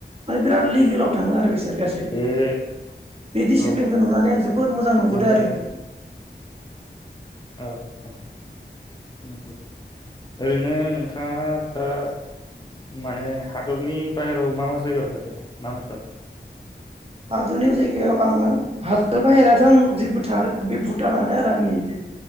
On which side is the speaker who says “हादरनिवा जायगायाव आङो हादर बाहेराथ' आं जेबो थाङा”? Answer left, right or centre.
Right